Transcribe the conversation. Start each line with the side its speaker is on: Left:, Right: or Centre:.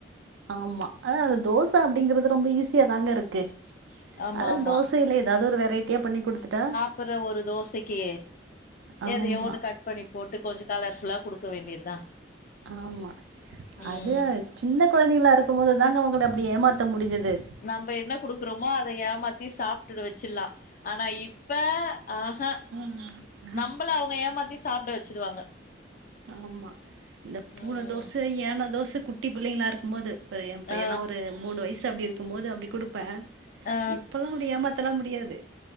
Right: ஆமா அதா அது தோசை அப்டிங்கறது ரொம்ப ஈஸியா தாங்க இருக்கு
Left: ஆமா
Right: அது
Left: ஆமா
Right: தோசை இல்ல ஏதாவ்து ஒரு வெரைட்டியா பண்ணி குடுத்துட்டா
Left: அப்புற ஒரு தோசைக்கி
Right: ஆமா
Left: எதையோ ஒன்னு கட் பண்ணி போட்டு கொஞ்சொ கலர்ஃபுல்லா குடுக்க வேண்டியதா
Right: ஆமா
Left: ம்
Right: அது சின்ன கொழந்தைங்களா இருக்கும் போது தாங்க அவுங்கள அப்டி ஏமாத்த முடிஞ்சுது
Left: நம்ப என்ன குடுக்குறோமோ அத ஏமாத்தி சாப்டுட வெச்சில்லா ஆனா இப்ப ஆஹா
Right: ம் அ
Left: நம்பள அவுங்க ஏமாத்தி சாப்ட வச்சிடுவாங்க
Right: ஆமா இந்த பூன
Left: ம்
Right: தோச ஏன தோச குட்டி புள்ளைங்களா இருக்கும் போது சரி என் பையென்ல்லா
Left: ஆ
Right: ஒரு மூணு வயசு அப்டி இருக்கும் போது அப்டி குடுப்ப
Left: ஆ
Right: இப்பல்லா அப்டி ஏமாத்தெல்லா முடியாது